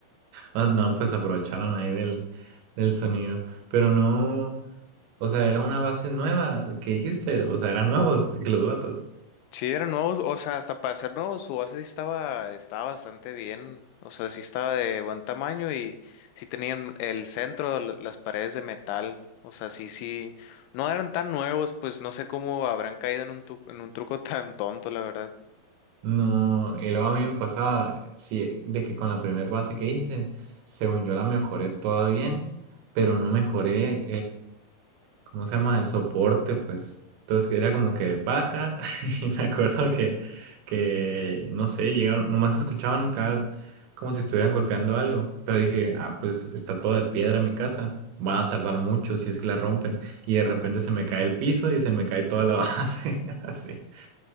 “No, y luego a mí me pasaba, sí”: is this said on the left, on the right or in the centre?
Right